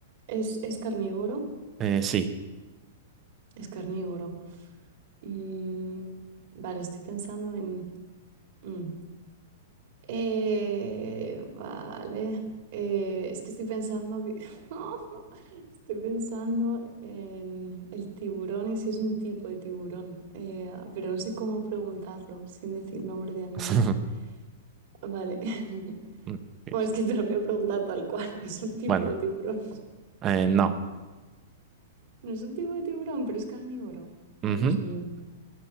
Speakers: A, on the right; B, on the right.
A: ¿Es, es carnívoro?
B: eh, sí.
A: Es carnívoro. Mm, vale, estoy pensando en... mm. Eh, vale. Eh, es que estoy pensando que... <laughs> Estoy pensando en el tiburón y si es un tipo de tiburón. Eh, pero no sé cómo preguntarlo sin decir nombre de animal.
B: <laughs>
A: Vale. <laughs>
B: Ok,
A: Bueno, es que te lo voy a preguntar tal cual. <laughs> Es un tipo
B: Bueno,
A: de tiburón.
B: eh, no.
A: No es un tipo de tiburón, pero es carnívoro.
B: Ujú,
A: Oh, Dios mío.